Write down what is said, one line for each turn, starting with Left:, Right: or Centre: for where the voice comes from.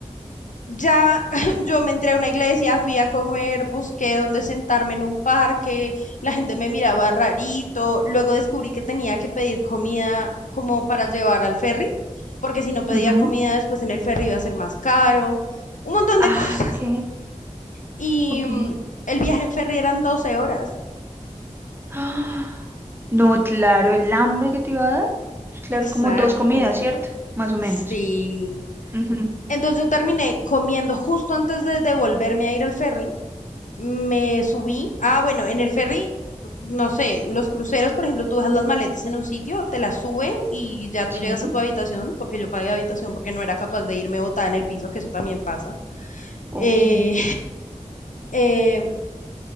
Left: ya <laughs> yo me entré a una iglesia, fui a comer, busqué dónde sentarme en un parque, la gente me miraba rarito, luego descubrí que tenía que pedir comida como para llevar al ferry, porque si no pedía
Right: ujú.
Left: comida después en el ferry iba a ser más caro, un montón
Right: Ah,
Left: de <laughs> cosas.
Right: ok,
Left: Y
Right: ok.
Left: mm, el viaje en ferry eran 12 horas.
Right: <gasps> No, claro, el hambre que te iba a dar. pues, Claro,
Left: Exacto.
Right: como dos comidas, ¿cierto? Más o menos.
Left: Sí.
Right: Ujú.
Left: Entonces yo terminé comiendo justo antes de, de volverme a ir al ferry. Me subí. Ah, bueno, en el ferry, no sé, los cruceros, por ejemplo, tú dejas las maletas en un sitio, te las suben y ya tú
Right: Sí,
Left: llegas a tu habitación, porque yo pagué habitación porque no era capaz de irme botada en el piso, que eso también pasa.
Right: ok.
Left: Eh, <laughs> eh,